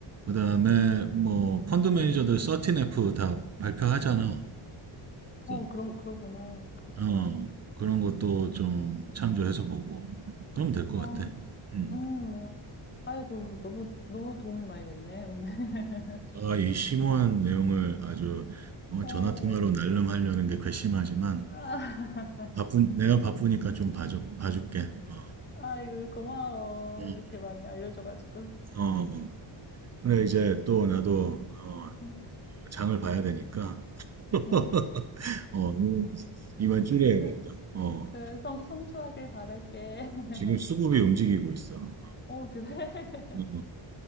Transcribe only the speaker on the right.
그다음에 뭐 펀드 매니저들 13F 다 발표하잖아. 그래서,
어, 그런 것도 좀 참조해서 보고 그러면 될 것
같아. 음.
아, 이 심오한 내용을 아주 어,
전화 통화로 날름하려는 게 괘씸하지만
뭐 바쁜 내가 바쁘니까 좀 봐줘 봐줄게. 어.
음.
어. 그래, 이제 또 나도, 어,
장을 봐야 되니까, <laughs>
어, 이만 이만 줄여야겠다.
어,
지금 수급이 움직이고 있어.
어,